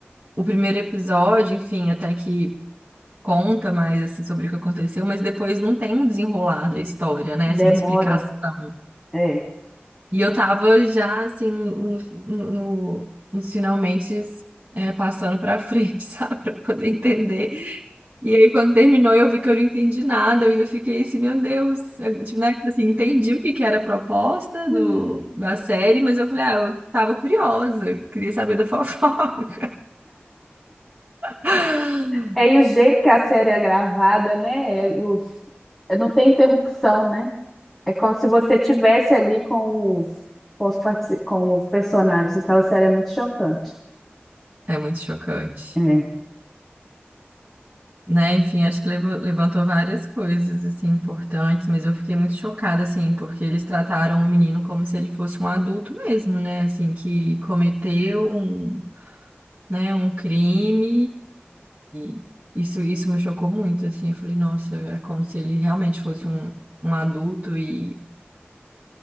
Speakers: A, on the right; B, in the centre.
A: o primeiro episódio, enfim, até que conta mais assim sobre o que aconteceu, mas depois não tem um desenrolar da história, né?
B: demora.
A: Assim, uma explicação.
B: É.
A: E eu tava já, assim, no, no, nos finalmente é, passando pra frente, <laughs> sabe? Pra poder entender. E aí, quando terminou, eu vi que eu não entendi nada. Eu ainda fiquei assim, meu Deus. Eu, tipo, né? tipo Assim, entendi o que que era a proposta
B: <laughs>
A: do, da série, mas eu falei, ah, eu tava curiosa. eu Queria saber da fofoca. <laughs>
B: É, e o jeito que a série é gravada, né? é, os- é, não tem interrupção, né? É como se você tivesse ali com os, com os, partici- com os personagens. Aquela série é muito chocante.
A: É, é muito chocante.
B: É.
A: né? Enfim, acho que levo- levantou várias coisas assim importantes, mas eu fiquei muito chocada assim, porque eles trataram o menino como se ele fosse um adulto mesmo, né? Assim, que cometeu um, né, um crime e isso isso me chocou muito assim. Eu falei, nossa, é como se ele realmente fosse um Um adulto e